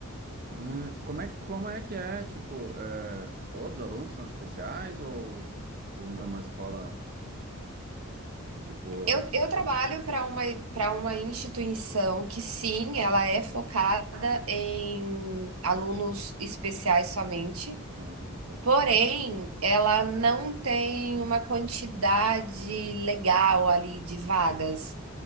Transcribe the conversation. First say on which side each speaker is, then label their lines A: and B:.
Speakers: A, on the right (about 45°); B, on the right (about 85°).
A: Ah, como é, como é que é? Tipo, é, todos os alunos são especiais ou, ou é uma escola, tipo...
B: Eu,
A: é-
B: eu trabalho para uma, para uma instituição que, sim, ela é focada em alunos especiais somente,
A: Ah, tá.
B: porém, ela não tem uma quantidade legal ali de vagas.